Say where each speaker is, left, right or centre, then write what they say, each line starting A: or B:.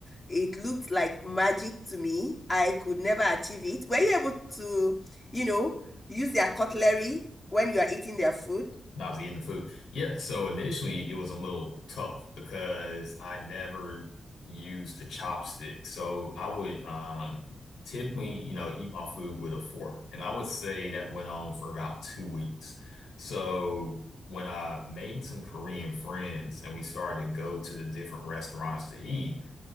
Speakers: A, on the left; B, on the left.
A: It looked like magic to me. I could never achieve it. Were you able to, you know, use their cutlery when you are eating their food?
B: I was eating the food. Yeah, so initially it was a little tough because I never used the chopstick. So I would um typically, you know, eat my food with a fork. And I would say that went on for about two weeks. So when I made some Korean friends and we started to go to the different restaurants to eat,